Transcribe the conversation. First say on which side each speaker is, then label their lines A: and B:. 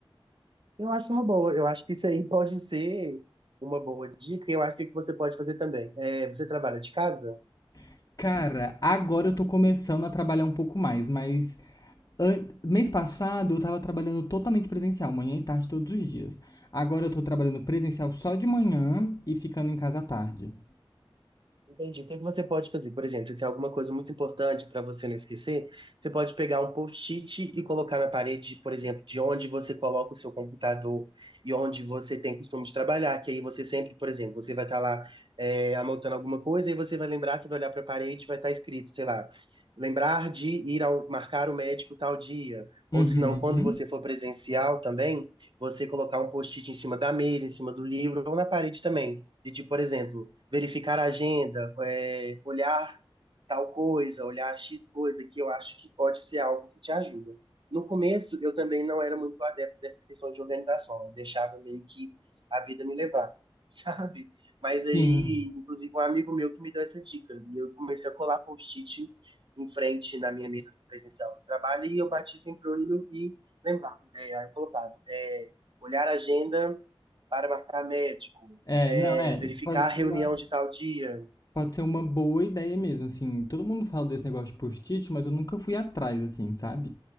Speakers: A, on the right (about 60°); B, on the left (about 40°).
A: Eu acho uma boa, eu acho que isso aí pode ser uma boa dica, e eu acho que o que você pode fazer também. É, você trabalha de casa?
B: <laughs> Cara, agora eu tô começando a trabalhar um pouco mais, mas Mês passado eu estava trabalhando totalmente presencial, manhã e tarde todos os dias. Agora eu estou trabalhando presencial só de manhã e ficando em casa à tarde.
A: Entendi. O que é que você pode fazer? Por exemplo, se tem alguma coisa muito importante para você não esquecer, você pode pegar um post-it e colocar na parede, por exemplo, de onde você coloca o seu computador e onde você tem costume de trabalhar, que aí você sempre, por exemplo, você vai estar lá é, anotando alguma coisa e você vai lembrar, você vai olhar para a parede e vai estar escrito, sei lá, lembrar de ir ao marcar o médico tal dia.
B: Uhum.
A: Ou se não, quando você for presencial também, você colocar um post-it em cima da mesa, em cima do livro ou na parede também. De tipo, por exemplo, verificar a agenda, é, olhar tal coisa, olhar X coisa, que eu acho que pode ser algo que te ajuda. No começo, eu também não era muito adepto dessa questão de organização, eu deixava meio que a vida me levar, <laughs> sabe? Mas aí,
B: Sim.
A: inclusive, um amigo meu que me deu essa dica, e eu comecei a colar post-it em frente na minha mesa presencial do trabalho, e eu bati sempre o olho e lembrava, né? aí eu colocava, é, olhar a agenda para marcar médico,
B: É,
A: é,
B: não, é,
A: verificar
B: isso pode
A: a
B: ser
A: reunião
B: uma,
A: de tal dia,
B: pode ser uma boa ideia mesmo, assim. Todo mundo fala desse negócio de post-it, mas eu nunca fui atrás, assim, sabe?